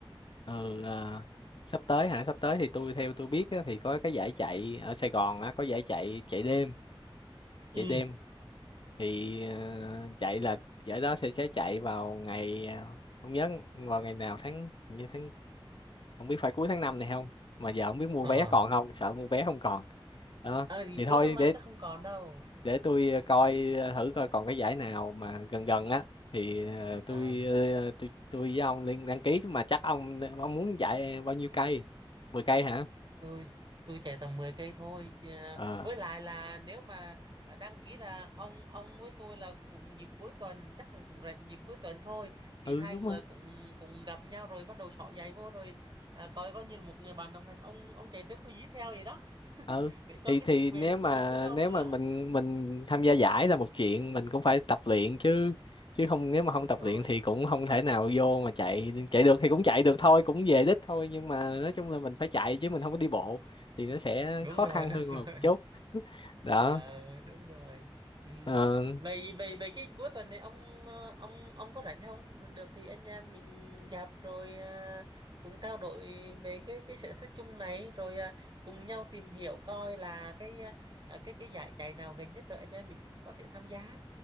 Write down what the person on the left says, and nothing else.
ừ, à, sắp tới hả sắp tới thì tôi theo tôi biết á, thì có cái giải chạy ở Sài Gòn á, có giải chạy chạy đêm
chạy đêm thì ờ, chạy là giải đó sẽ sẽ chạy vào ngày ờ, không nhớ vào ngày nào tháng hình như tháng không biết phải cuối tháng 5 này không mà giờ không biết mua
vé còn không sợ mua vé không còn đó
thì thôi
để
để tôi ờ, coi ờ, thử coi còn cái giải nào mà gần gần á thì ờ, tôi
ờ, tôi tôi với ông liên đăng ký Chứ mà chắc ông ông muốn giải bao nhiêu cây 10 cây hả
ờ
ừ
đúng
rồi
ừ
thì
thì
nếu mà
nếu
mà mình mình tham gia giải là một chuyện mình cũng phải tập luyện chứ chứ không nếu mà không
tập
luyện thì cũng không thể nào vô mà chạy chạy được thì cũng chạy được thôi cũng về đích thôi nhưng mà nói chung là mình phải chạy chứ mình không có đi bộ thì nó sẽ
khó
khăn
hơn một
chút <laughs> đó
Ờ,